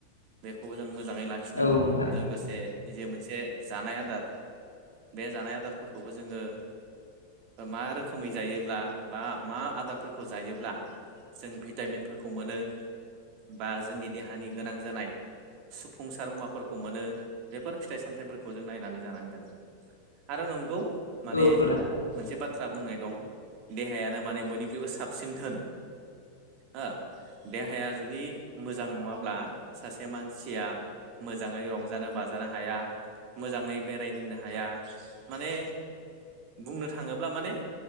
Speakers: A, on the right (about 40°); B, on the left (about 80°).
A: बेखौबो जों मोजाङै लाखिनांगोन
B: औ नोंथां
A: लोगोसे जे मोनसे जानाय आदार बे जानाय आदारफोरखौबो जोङो मा रोखोमै जायोब्ला बा मा आदारफोरखौ जायोब्ला जों भिटामिनफोरखौ मोनो बा जोंनि देहानि गोनां जानाय सुफुंसार मुवाफोरखौ मोनो बेफोर फिथाइ सामथायाइफोरखौ खौ जों नायनानै जानांगोन आरो नंगौ माने
B: औ नोंथां
A: मोनसे बाथ्रा बुंनाय दं देहायानो माने बयनिख्रुइबो साबसिन धोन हो देहाया जुदि मोजां नङाब्ला सासे मानसिया मोजांङै रंजानो बाजानो हाया मोजांङै बेरायदिंनो हाया। माने बुंनो थांङोब्ला माने